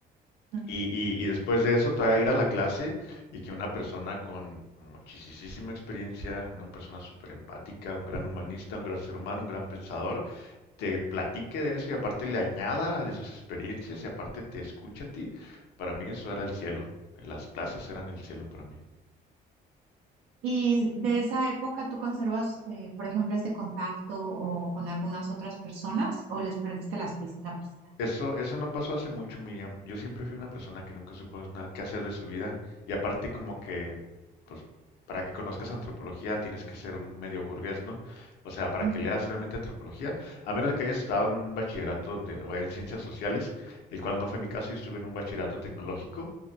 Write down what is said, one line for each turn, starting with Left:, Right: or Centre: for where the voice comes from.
Right: Mm.
Left: Y, y, y después de eso, todavía ir a la clase y que una persona con muchísima experiencia, una persona súper empática, un gran humanista, un gran ser humano, un gran pensador, te platique de eso y aparte le añada de sus experiencias y aparte te escucha a ti, para mí eso era el cielo. Las clases eran el cielo para mí.
Right: Y de esa época, ¿tú conservas, eh, por ejemplo, este contacto o con algunas otras personas o les perdiste las pis- la pista?
Left: Eso, eso no pasó hace mucho, Miriam. Yo siempre fui una persona que nunca supo nada qué hacer de su vida. Y aparte como que, pues, para que conozcas antropología tienes que ser un medio burgués, ¿no? O sea, para
Right: Ujú.
Left: que leas realmente antropología, a menos de que hayas estado en un bachillerato donde, o en ciencias sociales, el cual no fue mi caso, yo estuve en un bachillerato tecnológico.